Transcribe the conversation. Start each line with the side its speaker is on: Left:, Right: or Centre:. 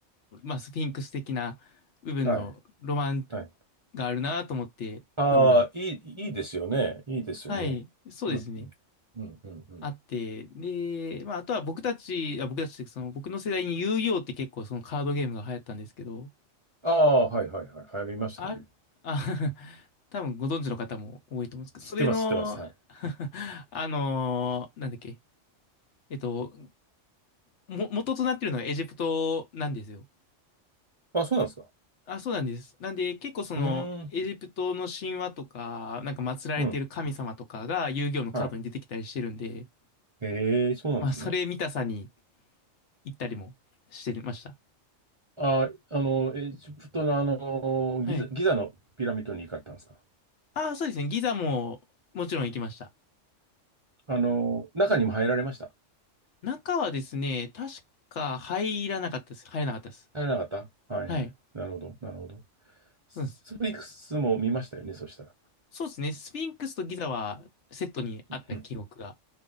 Left: ーまあ、スフィンクス的な部分のロマン
Right: はい。はい。
Left: があるなと思って、
Right: ああ、
Left: 興味が。
Right: いい、いいですよね。いいですよね。
Left: はい。そうですね。
Right: うん、うん、うん、うん。うん
Left: あって。で、まあ、あとは僕たち、あ、僕たちって、その、僕の世代に遊戯王って結構そのカードゲームが流行ったんですけど、
Right: ああ、はい、はい、はい。流行りましたね。
Left: あ、あ、<laughs> 多分ご存知の方も多いと思うんですけど、
Right: 知ってます、
Left: それの、
Right: 知ってます。はい。
Left: <laughs> あのーなんだっけ、えっと、も、元となっているのはエジプトなんですよ。
Right: あ、そうなんですか。
Left: あ、そうなんです。なんで、結構その、
Right: うーん、
Left: エジプトの神話とか、なんか祀られている神様とかが遊戯王のカードに出てきたりしてるんで、
Right: うん。はい。ええそうなんですね。
Left: まあ、それ見たさに行ったりもしてました。
Right: あ、あの、エジプトのあの、
Left: はい。
Right: ギザ、ギザのピラミッドに行かれたんですか
Left: ああ、そうですね。ギザも、もちろん行きました。
Right: あの、中にも入られました
Left: 中はですね、確か入らなかったです。入らなかったです。
Right: 入らなかったはいはい。
Left: はい。
Right: なるほど、なるほど。スフィンクスも見ましたよね、
Left: そうです。
Right: そしたら。
Left: そうですね。スフィンクスとギザはセットにあった記憶が
Right: うん、